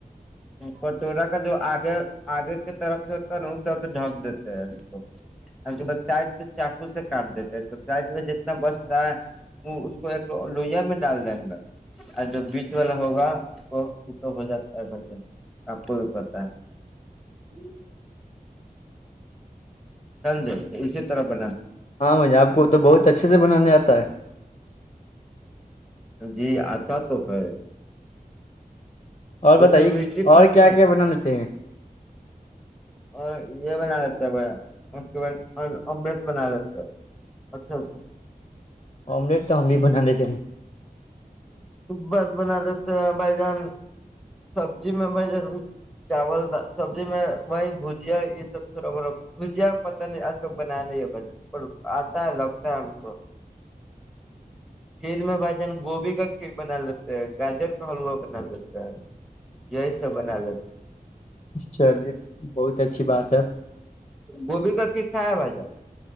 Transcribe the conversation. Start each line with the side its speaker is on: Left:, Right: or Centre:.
Centre: کٹورا کا جو آگے آگے کی طرف سے ہوتا ہے نا اس طرف سے ڈھک دیتے ہیں ا کے ب چ چ اس سے کاٹ دیتے ہے تو شاید وہ جتنا بچتا ہے وہ اس کو ایک لوہیا میں ڈال دیں گا اور جو بیچ والا ہوگا اس کو ا تو ہو جاتا ہے ب آپ کو بھی پتا ہے سمجے اسی طرح ب
Left: ہاں بھائی آپ کو تو بہت اچھے سے بنانے آتا ہے
Centre: جی آتا تو ہے
Left: اور
Centre: ویسے
Left: بتائیے
Centre: مرچی
Left: اور
Centre: کھاتے
Left: کیا
Centre: ہیں
Left: کیا بنا لیتے ہیں
Centre: اور یہ بنا لیتا ہے ب اس کے بعد املیٹ بنا لیتا ہے اچھا اچھاچ
Left: آملیٹ تو ہم بھی بنا لیتے ہیں
Centre: بس بنا لیتے ہیں بھائی جان سبزی میں بھائی جان چاول سبزی میں بائی بھجیا یہ سب تھوڑا بڑا بجیا پت نہیں آج تک بنا نہیں ہے ب آتا ہے لگتا ہے ہم کو کھیر میں بھ جان گوبھی کا کھیر بنا لیتے ہے گاجر کا حلوا بنا لیتا ہے یہی سب بنا
Left: چلیے بہت اچھی بات ہے
Centre: گوبھی ا کھا ہے بھ جا